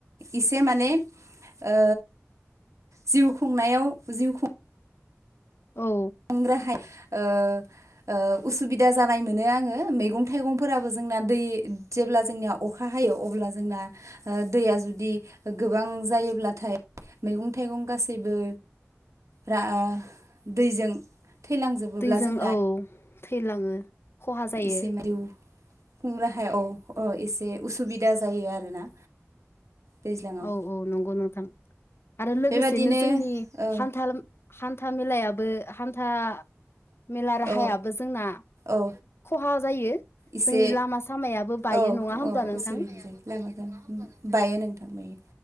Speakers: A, on the right; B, on the left.
A: इसे माने ओ जिउ खुंनायाव जिउ खुं
B: औ।
A: <unintelligible> ओ ओ उसुबिदा जानाय मोनो आङो मैगं थाइगंफोराबो जोंना दै जेब्ला जोंनिया अखा हायो अब्ला जोंना ओ दैया जुदि गोबां जायोब्लाथाय मैगं थाइगं गासैबो रा ओ दैजों थैलांजोबोब्ला
B: दैजों
A: जोंना
B: औ थैलाङो। खहा जायो
A: इसे माइउ खुं राहाया औ अ एसे उसुबिदा जायो आरोना दैज्लाङाव
B: औ औ नंगौ नोंथां आरो लोगोसेनो
A: बेबादिनो
B: जोंनि
A: औ
B: हान्थाल हान्था मेलायाबो हान्था मेला राहायाबो
A: औ
B: जोंना
A: औ
B: खहा जायो
A: एसे
B: जोंनि लामा सामायाबो बायो
A: औ
B: नङा होमबा
A: औ
B: नोंथां।
A: उसुबिदा जायो बायो नोंथां बायो